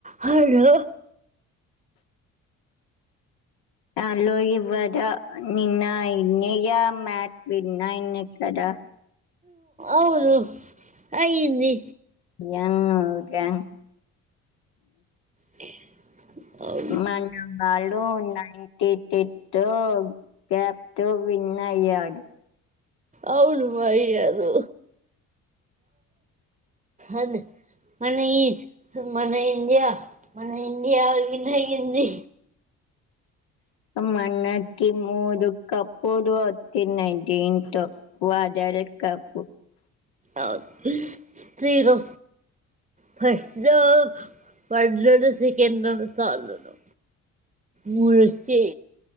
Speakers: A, on the right (about 20°); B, on the left (about 70°).
A: హయ్యె
B: hello ఇవ్వదా నిన్న ఇన్న్య మ్యాచ్ విన్నా ఇన్ని కదా
A: అవును అయ్యింది
B: ఏనుకా
A: <inaudible> అవును
B: మ నా వాళ్ళు ఉన్నాయి టి తిట్టు క్యాప్ తో విన్ అయ్యాడు
A: అవును మరి అదు అదే మన ఈ మన ఇ ఇండియా మన ఇండియా విన్ అయింది
B: మనకి మూడు కప్పు వచ్చినాయి దీంతో వరల్డ్ కప్పు
A: అవ్ తిను ప్రెండ్ ఉ వండ్లు అన్ని ప్రీ ఎన్నాడు సాలును ముడుచ్చె